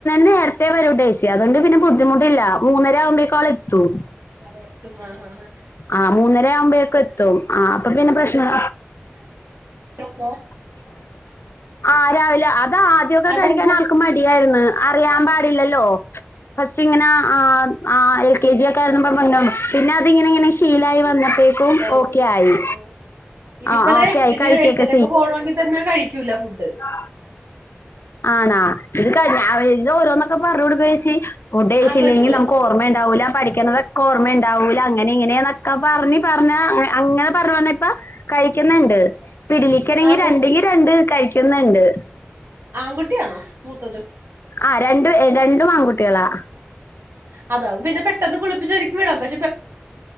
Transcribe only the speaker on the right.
അതെത്തും ഉമ്മ ഹ ഹ
<unintelligible>
ആ
ടൈം
ശീലായി
ശീലായി
ആ ആ. ഇതിപ്പോ
ദേ
എട്ടിന്
എട്ടരക്ക്‌ പോണോങ്കിതന്നെ കഴിക്കൂല ഫുഡ്
ആങ്കൊച്ചല്ലേ
ആങ്കൊ
ആൺകുട്ടിയാണോ മൂത്തത്
അതാവും പിന്നെ പെട്ടെന്ന് കുളിപ്പിച്ചൊരുക്കി വിടാം പ-